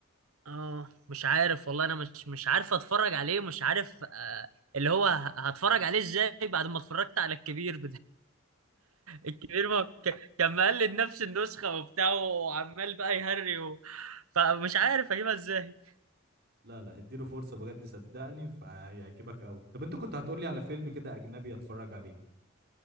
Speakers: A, on the right (about 80°); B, on the right (about 50°).
A: اه مش عارف والله انا مش مش عارف اتفرج عليه مش عارف آه اللي هو ه- هتفرج عليه ازاي بعد ما اتفرجت على الكبير الكبير ما ك- كان مقلد نفس النسخة وبتاع وعمال بقى يهري و... فمش عارف اجيبها ازاي
B: لا لا اديله فرصة بجد صدقني فهيعجبك قوي طب انت كنت هتقولي على فيلم كده اجنبي اتفرج عليه